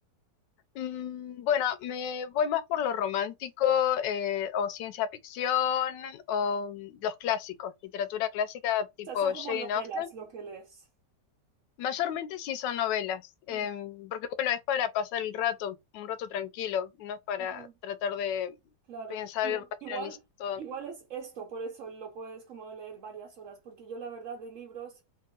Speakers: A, on the left; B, on the right.
A: Mm, Bueno, me voy más por lo romántico eh, o ciencia ficción o mm, los clásicos, literatura clásica tipo
B: sea, son como
A: Jane
B: novelas
A: Austen.
B: lo que lees.
A: Mayormente sí son novelas,
B: Mm,
A: em, porque bueno, es para pasar el rato, un rato tranquilo, no es para
B: ujú,
A: tratar de
B: Claro.
A: pensar
B: Igu-
A: y racionalizar
B: Igual,
A: todo.
B: igual es esto, por eso lo puedes como leer varias horas, porque yo la verdad de libros,